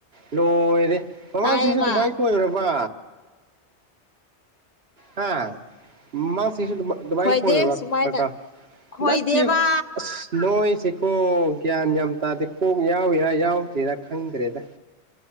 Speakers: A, on the right (about 65°); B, on the left (about 40°).
A: ꯂꯣꯏꯔꯦ ꯃꯃꯥꯡꯁꯤꯁꯨ
B: ꯇꯥꯏꯌꯦꯕ
A: ꯑꯗꯨꯃꯥꯏꯅ ꯀꯣꯏꯔꯕ ꯍꯥ ꯃꯥꯃꯥꯡ ꯆꯤꯡꯁꯨ ꯑꯗꯨꯃꯥꯢ ꯑꯗꯨꯃꯥꯏꯅ
B: ꯈꯣꯏꯗꯦ
A: ꯈꯣꯏꯔꯕ
B: ꯁꯨꯃꯥꯏꯅ
A: ꯀꯀꯥ
B: ꯈꯣꯏꯗꯦꯕ
A: ꯅꯠꯇꯦ ꯑꯁ ꯅꯣꯏꯁꯤꯀꯣ ꯒ꯭ꯌꯥꯟ ꯌꯥꯝ ꯇꯥꯗꯦ ꯀꯣꯛ ꯌꯥꯎꯔꯤꯔꯥ ꯌꯥꯎꯗ꯭ꯔꯤꯔꯥ ꯈꯪꯗ꯭ꯔꯦꯗ